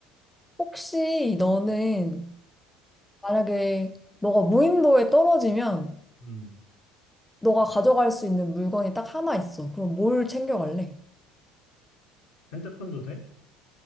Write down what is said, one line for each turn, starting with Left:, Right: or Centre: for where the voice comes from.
Centre: 혹시 너는 만약에 너가 무인도에 떨어지면
Left: 음.
Centre: 너가 가져갈 수 있는 물건이 딱 하나 있어. 그럼 뭘 챙겨갈래?
Left: 핸드폰도 돼?